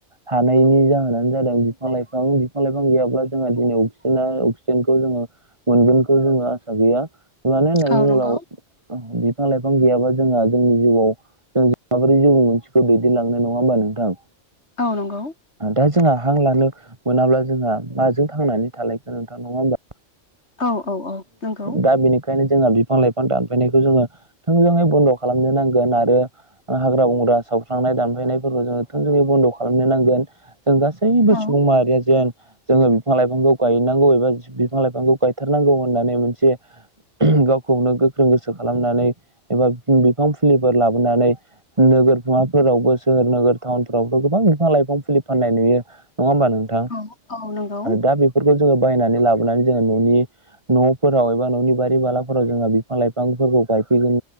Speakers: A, on the right (about 25°); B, on the left (about 60°).
A: हानायनि जाहोनानो जादों बिफां लाइफां बिफां लाइफां गैयाब्ला जोंहा दिनै अक्सिजेना अक्सिजेनखौ जोङो मोनगोनखौ जोंङो आसा गैया मानो होननानै
B: औ
A: बुङोब्ला
B: नंगौ
A: बिफां लाइफां गैयाबा जोंहा जोंनि जिउआव जों माबोरै जिउ मोनसेखौ दैदेनलांनो नङा होमबा नोंथां
B: औ नंगौ
A: दा जोंहा हां लानो मोनाब्ला जोंहा माजों थांनानै थालायखोन नोंथां नङा होमबा
B: औ औ औ नंगौ
A: <inaudible> दा बेनि बेखायनो जोंहा बिफां लाइफां दानफायनायखौ जोङो थोंजोङै बन्द खालामनो नांगोन आरो हाग्रा बंग्रा सावस्रांनाय दानफायनायफोरखौ जोंङो थोंजोुङै बन्द खालामनो नांगोन। जों गासैबो
B: औ
A: सुबुं माहारिया जेन जोङो बिफां लाइफांखौ गायनांगौ एबा बिफां लाइफांखौ गायथारनांगौ होननानै मोनसे गावखौनो गोख्रों गोसो खालामनानै एबा बिफां फुलिफोर लाबोनानै नोगोरफोरावबो सोहोर नोगोर टाउनफोरावबो गोबां बिफां लाइफां फुलि फाननाय नुयो नङा होमबा नोंथां
B: औ औ नंगौ
A: आरो दा बे फोरफोरखौ जोंङो बायनानै लाबोनानै जोंङो न'नि न'फोराव एबा न'नि बारि बालाफोराव जोंहा बिफां लाइफांफोरखौ गायफैगोन